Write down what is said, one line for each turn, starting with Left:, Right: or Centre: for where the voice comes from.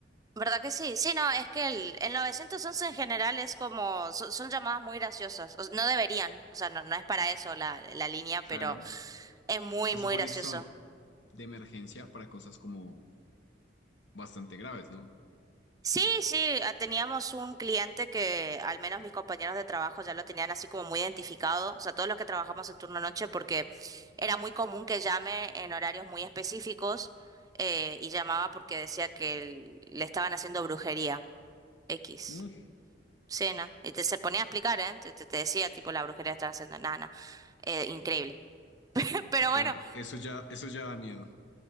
Right: ¿Verdad que sí? Sí, no, es que el, el 911 en general es como, son, son llamadas muy graciosas. O- no deberían, o sea, no, no es para eso la, la línea,
Left: Claro,
Right: pero es muy,
Left: se supone
Right: muy gracioso.
Left: que son de emergencia para cosas como bastante graves, ¿no?
Right: Sí, sí, ah, teníamos un cliente que al menos mis compañeros de trabajo ya lo tenían así como muy identificado, o sea, todos los que trabajamos en turno noche, porque era muy común que llame en horarios muy específicos eh, y llamaba porque decía que le estaban haciendo brujería X.
Left: Mm.
Right: Sí, no. Y te se ponía a explicar, ¿eh? Te, te- te decía, tipo, la brujería está haciendo nana Eh, increíble. <laughs> Pero
Left: Bueno,
Right: bueno,
Left: eso ya, eso ya da miedo.